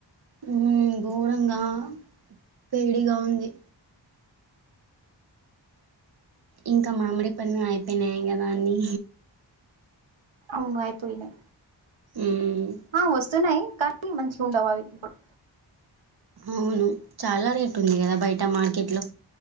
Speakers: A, on the right; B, on the right.
A: ఉమ్ ఘోరంగా వేడిగా ఉంది ఇంకా మామిడి పండ్లు అయిపోయినాయి కదా అని
B: అవును అయిపోయినాయ్
A: మ్మ్
B: ఆ వస్తునాయి కానీ మంచి ఉండవది ఇప్పుడు
A: అవును చాలా రేట్ ఉంది కదా బయట మార్కెట్ లో